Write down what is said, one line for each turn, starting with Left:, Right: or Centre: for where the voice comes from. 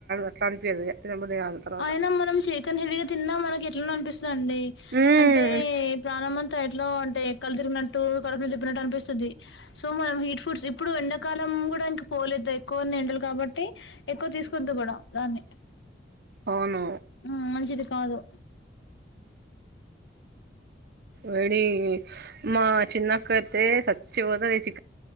Right: అట్లా అనిపియదు, కాదు తర్వాత
Left: అయినా మనం చకెన్ హెవీగా తిన్నా మనకి ఎట్ల అనిపిస్తుందిండి
Right: మ్మ్
Left: అంటే ప్రాణమంత ఎట్లా అంటే కళ్ళు తిరిగినట్టు కడుపుల తిప్పినట్టు అనిపిస్తుంది సో మనం హీట్ ఫుడ్స్ ఇప్పుడు ఎండాకాలం కూడా ఇంక పోలేదు ఎక్కువ ఎండలు కాబట్టి ఎక్కువ తీసుకోవద్దు కూడా దాన్ని
Right: అవును
Left: హ్మ్ మంచిది కాదు
Right: వెడి మా చిన్న అక్క అయితే సచ్చి పోతది చి